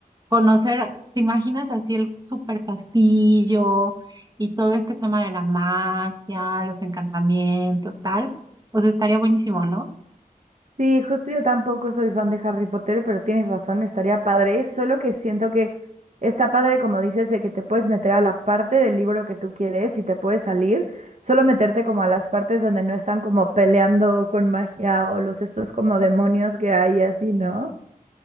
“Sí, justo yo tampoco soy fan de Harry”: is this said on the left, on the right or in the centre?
Right